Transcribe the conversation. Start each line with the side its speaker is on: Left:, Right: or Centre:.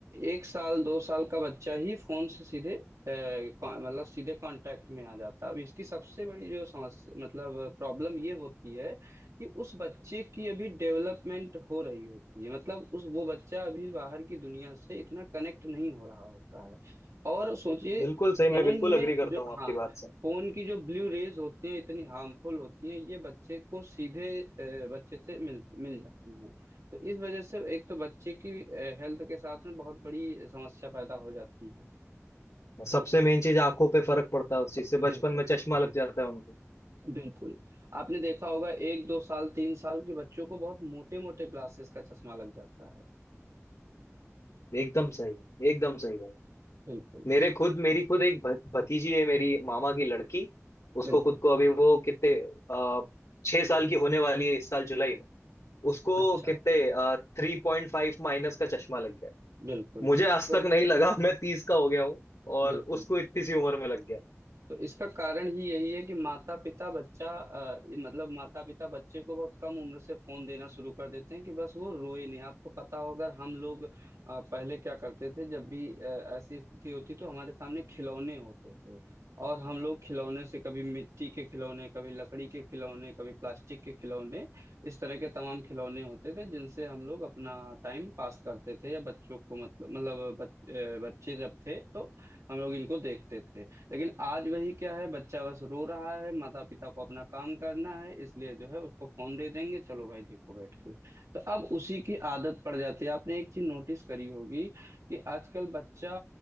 Right: एक साल दो साल का बच्चा ही फोन से सीधे ए, कॉ- मतलब सीधे कांटेक्ट में आ जाता है अब इसकी सबसे बड़ी जो समस्या मतलब प्रॉब्लम ये होती है कि उस बच्चे की अभी डेवलपमेंट हो रही होती है मतलब उस वो बच्चा अभी बाहर की दुनिया से इतना कनेक्ट नहीं हो रहा होता है और सोचिए
Left: बिल्कुल सही
Right: फोन
Left: मैं बिल्कुल
Right: में
Left: अग्री करता
Right: जो
Left: हूँ आपकी
Right: हाँ
Left: बात से
Right: फोन की जो ब्लू रेज होती हैं इतनी हार्मफुल होती हैं ये बच्चे को सीधे ए, बच्चे से मिल मिल जाती हैं तो इस वजह से एक तो बच्चे की हेल्थ के साथ में बहुत बड़ी समस्या पैदा हो जाती है
Left: सबसे मेन चीज आंखों पे फर्क पड़ता है उस चीज से
Right: बिल्कुल
Left: बचपन में चश्मा लग जाता है उनको
Right: बिल्कुल आपने देखा होगा एक दो साल तीन साल के बच्चों को बहुत मोटे मोटे ग्लासेस का चश्मा लग जाता है
Left: एकदम सही एकदम सही भाई
Right: बिल्कुल
Left: मेरे खुद मेरी खुद एक भ- भतीजी है मेरी मामा की लड़की उसको
Right: बिल्कुल
Left: खुद को अभी वो कितने आ, छह साल की होने वाली है इस साल जुलाई में उसको
Right: अच्छा
Left: कितने थ्री पॉइंट फाइव माइनस का चश्मा लग गया
Right: बिल्कुल
Left: मुझे आज
Right: तो
Left: तक नहीं लगा <laughs> मैं तीस का हो गया हूँ और
Right: बिल्कुल
Left: उसको
Right: बिल्कुल
Left: इतनी सी उम्र में लग गया
Right: तो इसका कारण ही यही है कि माता पिता बच्चा अ, मतलब माता पिता बच्चे को बहुत कम उम्र से फोन देना शुरू कर देते हैं कि बस वो रोए नहीं आपको पता हो अगर हम लोग अ, पहले क्या करते थे जब भी अ, ऐसी स्थिति होती तो हमारे सामने खिलौने होते थे और हम लोग खिलौने से कभी मिट्टी के खिलौने कभी लकड़ी के खिलौने कभी प्लास्टिक के खिलौने इस तरह के तमाम खिलौने होते थे जिनसे हम लोग अपना टाइम पास करते थे या बच्चों को मतलब मतलब बच, अ, बच्चे जब थे तो हम लोग इनको देखते थे लेकिन आज वही क्या है बच्चा बस रो रहा है माता पिता को अपना काम करना है इसलिए जो है उसको फोन दे देंगे चलो भाई देखो बैठ के तो अब उसी की आदत पड़ जाती है आपने एक चीज नोटिस करी होगी कि आजकल बच्चा